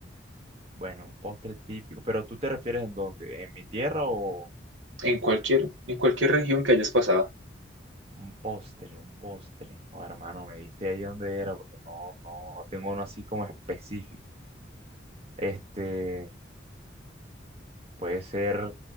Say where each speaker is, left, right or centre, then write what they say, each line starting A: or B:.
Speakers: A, on the right; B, on the right.
A: Bueno, un postre típico, pero ¿tú te refieres en dónde? ¿En mi tierra o,
B: En cualquier, en cualquier región que hayas pasado.
A: Un postre, un postre. Oh, hermano, me diste ahí donde era porque no, no tengo uno así como específico. Este puede ser